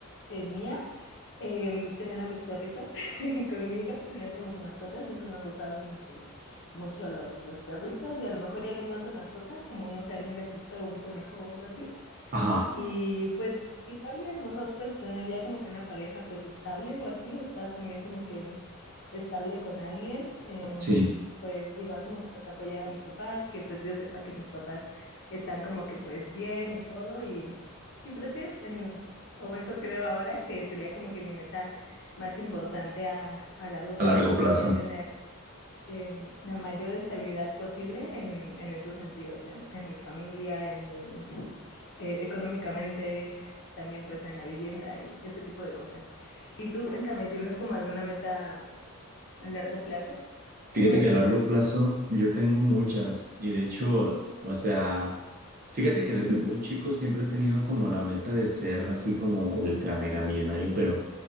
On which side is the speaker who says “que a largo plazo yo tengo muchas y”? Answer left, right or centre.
Right